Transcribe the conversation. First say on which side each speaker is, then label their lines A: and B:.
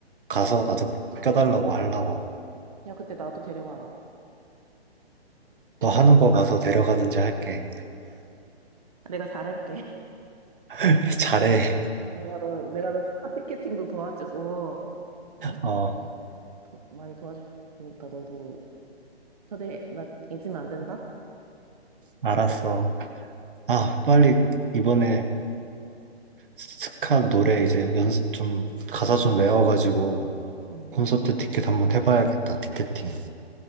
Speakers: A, on the right (about 55°); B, on the right (about 35°).
A: 가서 나도 껴달라고 하려고.
B: 야, 그때 나도 데려가라.
A: 너 하는 거 봐서 데려가든지 할게.
B: 내가 잘할게. <laughs>
A: <laughs> 잘해.
B: 내가 너 내가 너 스카피캐팅도 도와주고 어?
A: 어,
B: 도- 많이 도와줄 테니까 너도 초대 나 잊으면 안 된다.
A: 알았어. 아, 빨리 이번에 스카 노래 이제 연습 좀, 가사 좀 외워가지고
B: 응.
A: 콘서트 티켓 한번 해봐야겠다, 티켓팅.